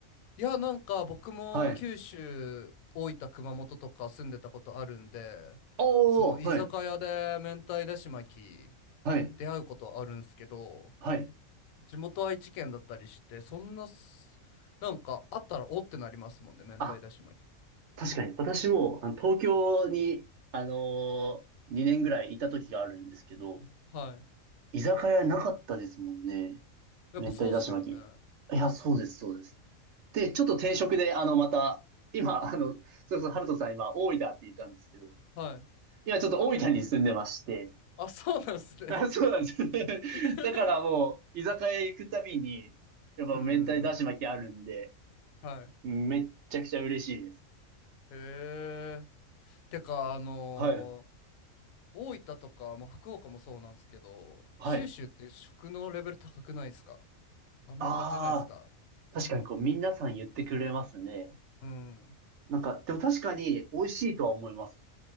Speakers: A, on the left (about 85°); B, on the right (about 65°).
A: いや、なんか僕も九州、
B: はい。
A: 大分、熊本とか住んでたことあるんで、
B: おー、
A: その居酒屋で明太だし巻き
B: はい、はい、
A: 出会うことはあるんすけど、
B: はい。
A: 地元愛知県だったりして、そんなす、なんかあったらおってなりますもんね、明太だし巻き。
B: あ、確かに。私も、あの、東京に、あの2年ぐらいいた時があるんですけど、
A: はい。
B: 居酒屋なかったですもんね。
A: やっぱそうっすよね。
B: 明太だし巻き。いや、そうです、そうです。で、ちょっと転職で、あの、また、今、あの、そうそう、ハルトさん今、大分って言ったんですけど、
A: はい。
B: 今ちょっと大分に住んでまして、
A: あ、そうなんですね。
B: あ、そうなんです
A: <laughs>
B: <laughs> だからもう、居酒屋行くたびに、やっぱ明太だし巻きあるんで、
A: うんうんうん。はい。
B: めっちゃくちゃ嬉しいです。
A: へえ。てか、あのー
B: はい。
A: 大分とか、まあ、福岡もそうなんですけど、
B: はい。
A: 九州って食のレベル高くないですかあんま感じないですか
B: ああ、確かにこう、皆さん言ってくれますね。
A: うん。
B: なんか、でも確かに美味しいとは思います。